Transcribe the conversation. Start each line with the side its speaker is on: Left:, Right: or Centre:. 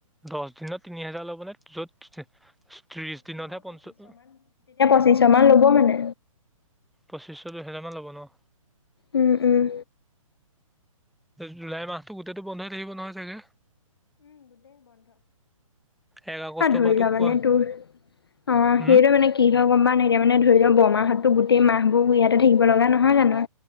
Centre: দচ দিনত তিনি হেজাৰ ল'বনে? য'ত ত্ৰিশ দিনতহে পঞ্চ
Left: পঁচিশ মান ল'ব মানে
Centre: পঁচিছশ দুহেজাৰ মান ল'ব ন?
Left: উম, উম।
Centre: জুলাই মাহটো গোটেইটো বন্ধ হৈ থাকিব নহয় চাগে? এক আগষ্টৰ
Left: আহ ধৰি
Centre: পৰাতো
Left: ল মানে
Centre: কোৱা
Left: তোৰ, অ',
Centre: উম
Left: সেইটো মানে কি হয় গম পাৱ নাই এতিয়া মানে ধৰি লঃ বৰমাহতো গোটেই মাহবোৰ ইয়াতে থাকিব লগা নহয় জানো?